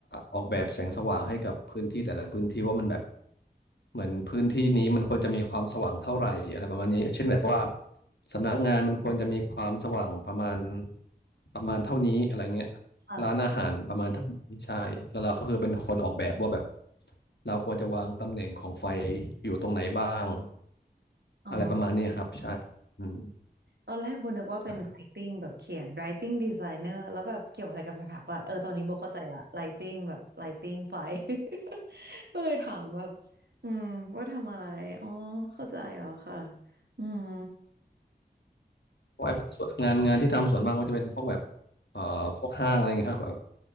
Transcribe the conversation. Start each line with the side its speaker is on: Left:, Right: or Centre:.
Left: ออกแบบแสงสว่างให้กับพื้นที่แต่ละพื้นที่ว่ามันแบบเหมือนพื้นที่นี้มันควรจะมีความสว่างเท่าไหร่อะไรประมาณนี้เช่นแบบว่าสำนักงานมันควรจะมีความสว่างประมาณประมาณเท่านี้อะไรเงี้ย
Right: ค่ะ
Left: ร้านอาหารประมาณเท่านี้ใช่แล้วเราก็คือเป็นคนออกแบบว่าแบบเราควรจะวางตำแหน่งของไฟอยู่ตรงไหนบ้าง
Right: อ๋อ
Left: อะไรประมาณนี้ครับใช่ อืม
Right: ตอนแรกโบนึกว่าเป็น
Left: ใช่
Right: Lighting แบบเขียน Lighting Designer แล้วแบบเกี่ยวอะไรกับสถาปัตย์เออตอนนี้โบเข้าใจละ Lighting แบบ Lighting ไฟ <laughs> ก็เลยถามแบบอืมว่าทำอะไรอ๋อเข้าใจแล้วค่ะอืม
Left: เพราะไอ้พวกส่วนงานงานที่ทำส่วนมากก็จะเป็นพวกแบบเอ่อพวกห้างอะไรเงี้ยครับแบบ